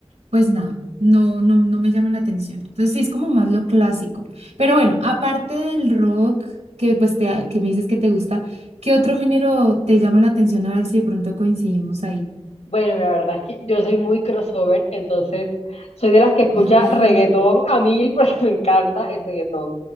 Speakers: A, on the right; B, on the left.
A: pues nada, no, no, no me llama la atención. Entonces sí, es como más lo clásico. Pero bueno, aparte del rock, que pues te, que me dices que te gusta, ¿qué otro género te llama la atención? A ver si de pronto coincidimos ahí.
B: Bueno, la verdad es que yo soy muy crossover, entonces soy de las que escucha
A: <laughs>
B: reggaetón a mil porque <laughs> me encanta el reggaetón,